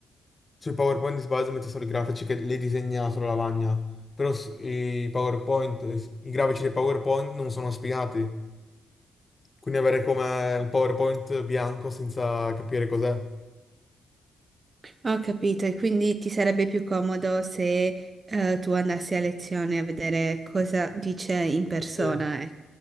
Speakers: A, on the left; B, on the right.
A: sui PowerPoint di base mette solo i grafici che le disegna sulla lavagna, però s- i PowerPoint, i grafici dei PowerPoint non sono spiegati. Quindi avere come un PowerPoint bianco senza capire cos'è.
B: Ho capito, e quindi ti sarebbe più comodo se eh, tu andassi a lezione a vedere cosa dice in persona.
A: Sì,
B: eh.